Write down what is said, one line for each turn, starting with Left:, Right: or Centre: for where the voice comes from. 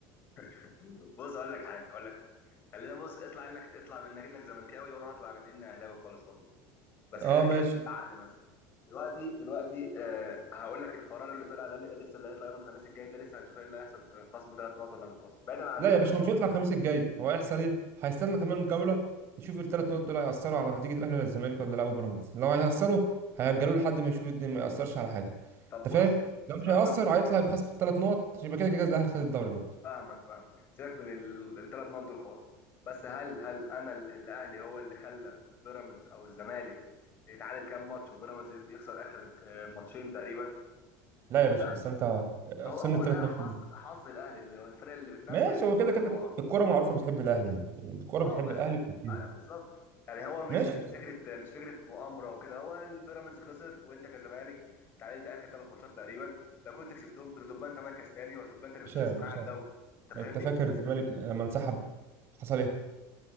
Left: <laughs> بص اقول لك حاجه اقول لك حاجه خلينا بص اطلع انك اطلع من انك انك زملكاوي وانا هطلع من اني اهلاوي خالص والله بس
Right: اه
Left: خلينا
Right: ماشي
Left: نتكلم بالعقل مثلا دلوقتي دلوقتي آه هقول لك القرار اللي طلع ده اللي- لسه اللي هيطلع يوم الخميس الجاي ده لسه هنشوف ايه اللي هيحصل في خصم ثلاث نقط ولا مش خصم بعيدا عن
Right: لا
Left: ده
Right: يا
Left: كله
Right: باشا هو مش هيطلع الخميس الجاي هو هيحصل ايه هيستنى كمان جوله يشوف الثلاث نقط دول هيأثروا على نتيجه الاهلي ولا الزمالك ولا لا وبيراميدز لو هيأثروا هيأجلوه لحد ما يشوف الدنيا ما يأثرش على حاجه
Left: طب
Right: انت
Left: بص
Right: فاهم لو
Left: سيبك
Right: مش هيأثر
Left: من
Right: هيطلع بخصم الثلاث نقط يبقى كده كده الاهلي خد الدوري برضه
Left: فاهمك فاهم سيبك من الثلاث نقط دول خالص بس هل هل انا ال- الاهلي هو اللي خلى بيراميدز او الزمالك يتعادل كام ماتش وبيراميدز يخسر اخر آه، ماتشين تقريبا
Right: لا يا باشا
Left: لا
Right: بس انت
Left: هو
Right: خصمني
Left: هو
Right: الثلاث
Left: ده حظ
Right: نقط مني.
Left: حظ الاهلي اللي هو الفرق اللي بتنافسك
Right: ماشي هو كده كده
Left: تقع
Right: الك- الكوره معروفه بتحب الاهلي يعني الكوره
Left: اه
Right: بتحب
Left: بس
Right: الاهلي بتكتير
Left: ايوه بالظبط يعني هو مش
Right: ماشي
Left: مش
Right: بس
Left: فكره مش فكره مؤامره وكده هو البيراميدز خسر وانت كزمالك اتعادلت اخر ثلاث ماتشات تقريبا لو كنت كسبتهم كنت هتبقى انت مركز تاني وهتبقى انت اللي بتنافس
Right: مش عارف-
Left: معاه
Right: مش
Left: على الدوري
Right: عارف.
Left: انت
Right: انت
Left: فاهمني؟
Right: فاكر الزمالك لما انسحب حصل ايه